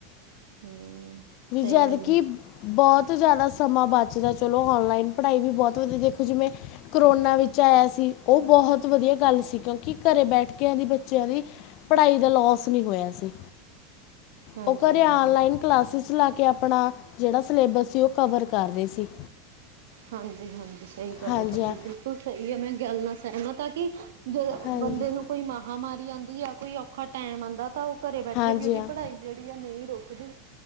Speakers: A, on the right; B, on the left.
A: <inaudible> ਸਹੀ
B: ਜਦਕਿ
A: ਗੱਲ ਆ
B: ਬਹੁਤ ਬਹੁਤ ਜ਼ਿਆਦਾ ਸਮਾਂ ਬੱਚਦਾ ਚਲੋ, ਔਨਲਾਈਨ ਪੜ੍ਹਾਈ ਵੀ ਬਹੁਤ ਵਧੀਆ ਦੇਖੋ, ਜਿਵੇਂ ਕਰੋਨਾ ਵਿੱਚ ਆਇਆ ਸੀ ਉਹ ਬਹੁਤ ਵਧੀਆ ਗੱਲ ਸੀ, ਕਿਉਂਕਿ ਘਰੇ ਬੈਠ ਕੇ ਐਵੇਂ ਬੱਚਿਆਂ ਦੀ ਪੜ੍ਹਾਈ ਦਾ ਲੋਸ ਨਹੀਂ ਹੋਇਆ ਸੀ,
A: ਹਾਂਜੀ
B: ਉਹ ਘਰੇ
A: ਹਾਂਜੀ
B: ਔਨਲਾਈਨ ਕਲਾਸ ਲਾ ਕੇ ਆਪਣਾ ਜਿਹੜਾ ਸਿਲੇਬਸ ਸੀ ਉਹ ਕਵਰ ਕਰ ਰਹੇ ਸੀ।
A: ਹਾਂਜੀ ਹਾਂਜੀ, ਸਹੀ ਗੱਲ
B: ਹਾਂਜੀ
A: ਆ ਤੁਹਾਡੀ
B: ਹਾਂ
A: ਬਿਲਕੁਲ ਸਹੀ ਐ, ਮੈਂ ਗੱਲ ਨਾਲ ਸਹਿਮਤ ਆ, ਕਿ ਜੋ
B: ਹਾਂਜੀ
A: ਬੰਦੇ ਨੂੰ ਕੋਈ ਮਹਾਮਾਰੀ ਆਂਦੀ ਐ, ਕੋਈ ਔਖਾ ਟੈਮ ਆਉਂਦਾ ਤਾਂ ਉਹ ਘਰੇ ਬੈਠੇ
B: ਹਾਂਜੀ
A: ਵੀ ਉਹਦੀ
B: ਹਾਂ
A: ਪੜ੍ਹਾਈ ਜੇਹੜੀ ਆ ਨਹੀਂ ਰੁਕਦੀ।